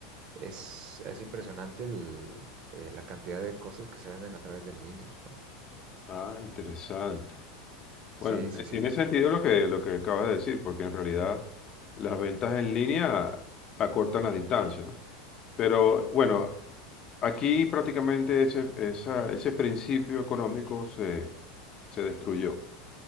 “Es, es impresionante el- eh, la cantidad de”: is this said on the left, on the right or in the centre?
Right